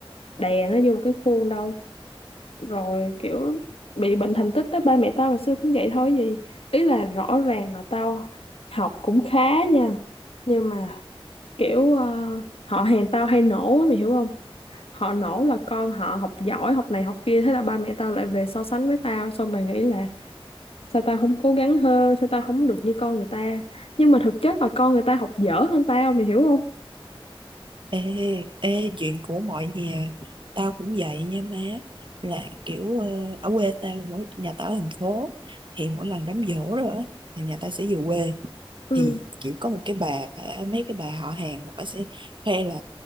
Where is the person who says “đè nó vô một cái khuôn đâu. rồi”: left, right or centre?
Left